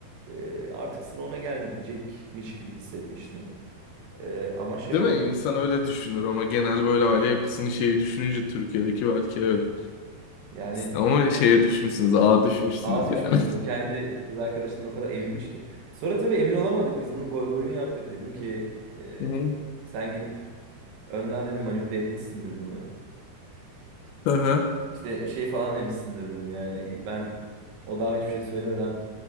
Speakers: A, on the right; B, on the left.
A: Ee, artık sıra ona gelecekmiş gibi hissetmiştim. Ee, ama şey
B: Değil
A: o
B: mi? İnsan öyle düşünür ama genel böyle aile yapısını şeyi düşününce Türkiye'deki belki evet.
A: yani
B: Ama şeye düşmüşsünüz, ağa düşmüşsünüz
A: ağa düşmüşüz.
B: yani. <laughs>
A: Bu kendi kız arkadaşından o kadar eminmiş ki. Sonra tabii emin olamadık. Biz bunun goy goyunu yaptık. Dedim ki e,
B: Hı hı.
A: sen gidip önden dedim manipüle etmişsindir bunu.
B: Aha.
A: İşte şey falan demişsindir dedim. Yani ben o daha hiçbir şey söylemeden